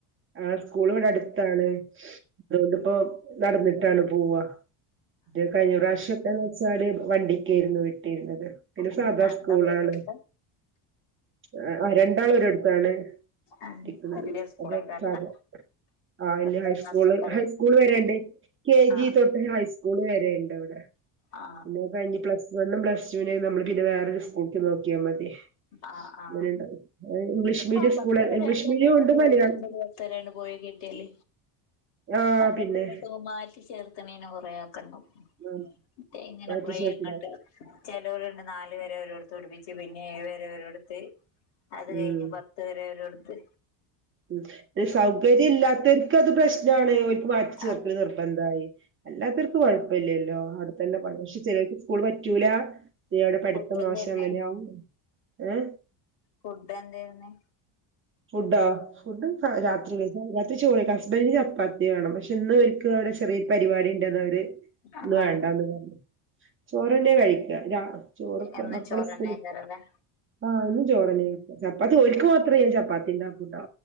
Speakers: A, on the right; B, on the left.
A: ആ സ്കൂള് ഇവിടെ അടുത്താണ്, അതോണ്ട്പ്പൊ നടന്നിട്ടാണ് പോവാ, മറ്റേ കഴിഞ്ഞ പ്രാവശ്യയൊക്കെന്ന് വെച് സാല് വണ്ടി ക്കെയിരുന്നു വിട്ടിരുന്നത്, പിന്നെ
B: ഉം
A: സാധാ
B: രണ്ടാളും
A: സ്കൂളാണ്.
B: ഒരിടത്ത്
A: ആ ആ രണ്ടാളൊരോട് താണ്
B: ഉം
A: ത്തിക്ക്ന്നത്
B: വല്യ സ്കൂളേക്കാരല്ലേ
A: അപ്പം സാധ ആ വല്യ
B: പത്താം
A: ഹൈസ്കൂൾ
B: ക്ലാസ്സൊക്കെള്ള
A: ഹൈസ്കൂൾ വരെ ഇണ്ട് കെജി
B: ആ
A: തൊട്ട് ഹൈസ്കൂൾ വരെ ഇണ്ട് അവ്ടെ
B: ആ
A: പിന്നെ അയ് കഴിഞ്ഞ് പ്ലസ് വണ്ണും പ്ലസ്ടുനെയിനി നമ്മൾ പിന്നെ വെറെ ഒര് സ് കൂട്ടി നോക്കിയാ മതി
B: ആ ആ
A: അങ്ങനെണ്ട് ഇംഗ്ലീഷ് മീഡിയം
B: ആ പത്ത്
A: സ്കൂള്
B: വരേണ്ടെതായാലും
A: ഇംഗ്ലീഷ് മീഡിയം ഉണ്ട്
B: പോയത്മുതൽ
A: മലയാളം
B: പത്തരേണ്ട് പോയി കിട്ട്യാല്
A: ആഹ്
B: അങ്ങട്ടും
A: പിന്നെ
B: ഇങ്ങട്ടും മാറ്റി ചേർത്ത്ണെന് കൊറെ ആ ക്കണം
A: ആഹ്
B: മറ്റെയ് ഇങ്ങനെ
A: മാറ്റി
B: കൊറെ
A: ചേർക്കലാ
B: അങ്ങട്ട് പറിം ചെലോരൊ പിന്നെ നാല് വരെ ഒരോട് ത്ത് പഠിപ്പിച്ച് പിന്നെ ഏഴ് വെരെ ഒരോട്ത്ത് അത്
A: ഉം
B: കഴിഞ്ഞ് പത്ത് വെരെ അവരോട് ത്ത്
A: ഉം ഇ സൗകര്യം ഇല്ലാത്ത് ക്കെ അത് പ്രശ്നാണ് ഓൽ മാറ്റി ചേർക്കല്
B: അങ്ങനെ
A: നിർബന്ധായി അല്ലാത്തവർക്ക് കുഴപ്പില്ലല്ലോ അടുത്തൊല്ലം പക്ഷ ചില കുള് പറ്റൂല നീ അവിടെ പഠിപ്പ്
B: ഫുഡ്
A: മോശ
B: എന്തേര്ന്ന്
A: അങ്ങനെയാവും ഏ
B: ഫുഡ് എന്തായ്രുന്നെ
A: ഫുഡാ ഫുഡ്‌ ഉണ്ടാ രാത്രിയിന് <unintelligible> ചോറ് കഴിക്കും ഹസ്ബൻഡിന് ചപ്പാത്തി വേണം പക്ഷെ എന്നും എനിക്ക് അവിടെ ചെറിയ പരിപാടി ഇണ്ട്ന്ന് പറ
B: ആഹ്
A: വേണ്ടാന്നു പറഞ്ഞു ചോറന്നെ കഴിക്കുക ചോറൊക്കെ
B: എന്നും
A: മക്കള്
B: ചോറന്നേക്കാരല്ലേ
A: സ്കൂളി പോയി ആ ചോറന്നെ ചപ്പാത്തി ഒരിക്കെ മാത്രമേ ഞാൻ ചപ്പാത്തി ഉണ്ടാക്കുട്ടാ